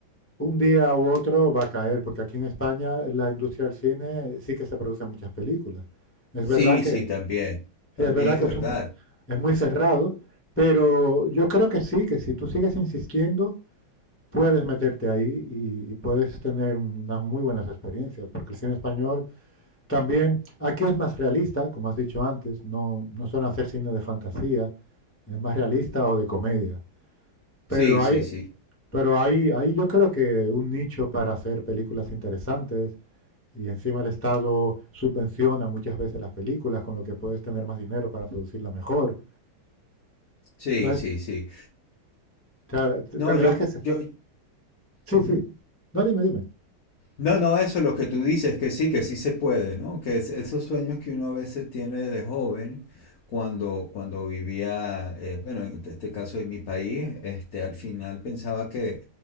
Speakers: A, on the left (about 15°); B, on the left (about 50°).
A: un día u otro va a caer, porque aquí en España la industria del cine sí que se producen muchas películas. Es
B: Sí,
A: verdad que,
B: sí, también, también
A: sí, es verdad
B: es
A: que
B: verdad.
A: es, un po- es muy cerrado, pero yo creo que sí, que si tú sigues insistiendo, puedes meterte ahí y, y puedes tener unas muy buenas experiencias, porque el cine español también, aquí es más realista, como has dicho antes, no, no suelen hacer cine de fantasía, es más realista o de comedia.
B: Sí,
A: Pero
B: sí,
A: hay,
B: sí,
A: pero ahí, ahí yo creo que un nicho para hacer películas interesantes y encima el Estado subvenciona muchas veces las películas, con lo que puedes tener más dinero para producirla mejor.
B: sí,
A: Entonces,
B: sí, sí.
A: te- te-
B: No,
A: tendrás
B: yo,
A: que... se-
B: yo,
A: Sí,
B: ujú.
A: sí. No, dime, dime.
B: No, no, eso es lo que tú dices, que sí, que sí se puede, ¿no? Que es- esos sueños que uno a veces tiene de joven, cuando, cuando vivía, eh, bueno, en este caso en mi país, este, al final pensaba que